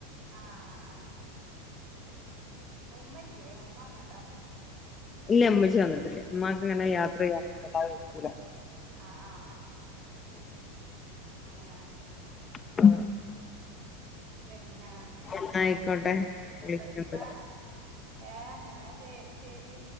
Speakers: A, on the right; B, on the left.
A: ആ ആഹ ഉമ്മല്ല്യേ ഉമ്മന്നുണ്ടോ?
B: ഇല്ല്യാഉമ്മച്ചി വന്നിട്ടില്ല ഇമ്മാക്ക് അങ്ങനെ യാത്ര ചെയ്യാൻ വല്ലാവെയ്ക്കൂല.
A: ആഹ ആആ ആ
B: <inaudible>
A: ആമണ
B: ട്ടു
A: പിന്നെങ്ങനെ
B: ന്നാ ആയിക്കോട്ടെ വിളിക്കണ്ട്
A: ഇന്നാ ഏ ഇന്നാ ശെ ശരി